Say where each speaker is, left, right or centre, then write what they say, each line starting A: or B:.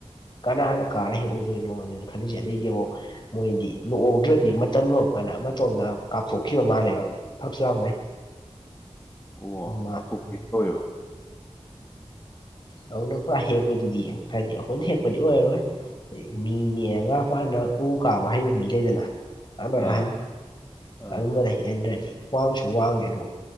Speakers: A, on the left; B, on the left.
A: ꯀꯅꯥꯅ ꯀꯥꯔ ꯍꯦꯛꯎꯗꯣꯏꯅꯣ ꯑꯗꯨꯅꯤ ꯈꯜꯂꯤꯁꯦ ꯑꯗꯩꯗꯤ ꯃꯨꯛ ꯃꯣꯏꯗꯤ ꯂꯣꯛꯍꯧꯗ꯭ꯔꯗꯤ ꯃꯇꯝ ꯂꯣ ꯃꯥꯥꯟꯅ ꯃꯇꯣꯝꯗ ꯀꯥꯞꯊꯣꯛꯈꯤꯕ ꯃꯥꯜꯂꯦꯕ ꯐꯛꯁꯨ ꯌꯥꯡꯃꯩ
B: ꯑꯣ
A: ꯃꯥꯜꯂꯤ
B: ꯀꯥꯞꯊꯣꯛꯀꯦ ꯇꯧꯋꯦꯕ
A: ꯑꯗꯨꯅ ꯄꯨꯔꯥ ꯍꯦꯛꯄꯗꯨꯗꯤ ꯍꯥꯏꯗꯤ ꯑꯩꯈꯣꯏꯅ ꯍꯦꯛꯄꯗꯤ ꯑꯣꯏꯔꯔꯣꯏ ꯃꯤ ꯅꯦꯛꯉꯒ ꯐꯅ ꯎ ꯀꯥꯕ ꯍꯩꯕ ꯃꯤ ꯂꯩꯗꯅ ꯑꯂꯣꯏ
B: ꯑꯥ
A: ꯑꯍꯟ
B: ꯑꯥ
A: ꯑꯗꯨꯝꯕꯗ ꯍꯦꯟꯗ꯭ꯔꯗꯤ ꯋꯥꯡꯁꯨ ꯋꯥꯡꯉꯦ ꯑꯗꯣ